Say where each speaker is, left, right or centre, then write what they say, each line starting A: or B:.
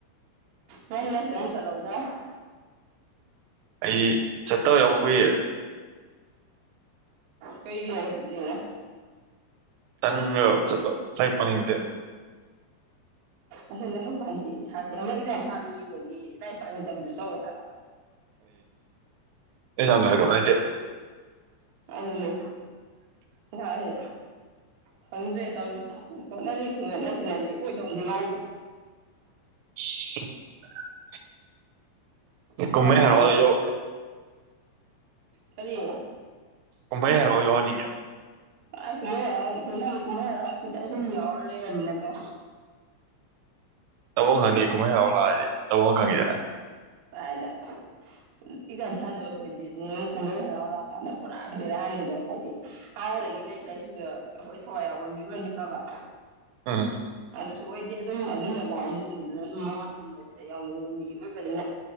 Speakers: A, on the right (about 65°); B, on the right (about 85°).
A: ꯍꯂ ꯐꯣꯟꯣꯟ ꯆꯂꯧꯗ
B: ꯑꯩ ꯆꯠꯇꯕ ꯌꯥꯎ ꯀꯨꯏꯌꯦ
A: ꯀꯩꯒꯤ ꯈꯦꯇꯔꯤꯅ
B: ꯇꯟꯒ꯭ꯔꯕ ꯆꯠꯇꯧꯕ ꯂꯥꯢꯄꯅꯤꯗ
A: ꯑꯁꯣ ꯂꯥꯏꯍꯛ ꯄꯥꯟꯁꯤ ꯏꯁꯥꯥꯁ ꯑꯃꯛ ꯏꯟꯖꯥꯡꯁꯥ ꯂꯨꯏꯕꯒꯤ ꯂꯥꯏꯔꯤꯛ ꯄꯥꯅꯤꯡꯇꯕꯁꯨ ꯇꯧꯋꯦ ꯍꯥꯏꯕ
B: ꯑꯦꯛꯖꯥꯝꯖꯨ ꯍꯥꯢꯗꯣꯛ ꯅꯥꯏꯗꯦ
A: ꯑꯗꯨꯅꯦ ꯏꯁꯥꯖꯦ ꯈꯪꯗ꯭ꯔꯦ ꯇꯧꯔꯤꯁꯤ ꯍꯣꯠꯅꯔꯤ ꯈꯨꯍꯣꯠꯅꯁꯤꯅꯗꯤ ꯑꯣꯏ ꯗꯧꯗꯤ ꯃꯥꯟꯗꯦ
B: <inaudible>
A: ꯐꯖꯅ
B: ꯀꯨꯝꯃꯩ ꯍꯥꯏꯔꯥꯎꯗꯁꯨ
A: ꯑꯣꯏꯅ ꯀꯔꯤ
B: ꯀꯨꯝꯃꯩ ꯍꯥꯏꯔꯛꯑꯣ ꯌꯥꯎꯅꯤꯡꯉꯦꯕ
A: ꯑꯥꯏ ꯀꯨꯝꯍ ꯍꯔꯥꯎꯑꯣ ꯍꯣꯏ ꯅꯪ ꯀꯨꯝꯍ ꯍꯔꯥꯎ ꯁꯤꯗ ꯁꯨꯝ ꯌꯥꯎꯔ ꯂꯩꯔꯃꯤꯅꯀꯣ
B: ꯇꯧꯕꯝ ꯈꯪꯗꯦ ꯀꯨꯝꯃꯩ ꯍꯔꯥꯎ ꯂꯥꯀꯗꯤ ꯇꯧ ꯈꯪꯉꯤꯗꯦꯅ
A: ꯀꯥꯏꯅ ꯑꯦꯛꯖꯥꯝ ꯁꯥꯗꯣꯏ ꯑꯩꯈꯣꯏꯗꯤ ꯑꯗꯨ ꯑꯃꯨꯛ ꯀꯨꯝꯍꯩ ꯍꯔꯥꯎꯔꯥꯛꯑꯀꯥꯟꯗ ꯄꯨꯔꯥ ꯕꯦꯔꯛꯑꯅꯤꯗꯣ ꯍꯥꯏꯗꯤ ꯍꯥꯟꯅꯗꯒꯤ ꯂꯥꯏꯔꯤꯛ ꯂꯥꯏꯁꯨꯗ ꯑꯩꯈꯣꯏ ꯊꯋꯥꯏ ꯌꯥꯎꯕꯕꯤꯕꯗꯤ ꯐꯕ
B: ꯎꯝ
A: ꯑꯗꯨꯁꯨ ꯑꯣꯏꯗꯤ ꯑꯗꯨꯝ ꯑꯗꯨꯝꯕ ꯂꯥꯛꯑꯗꯣꯡꯕꯗꯨꯅ ꯑꯗꯨꯝ ꯃꯌꯥꯝ ꯄꯨꯟꯕꯁꯤꯗ ꯌꯥꯎꯅꯤꯡꯕ ꯃꯤ ꯑꯣꯏꯕꯅꯤꯅ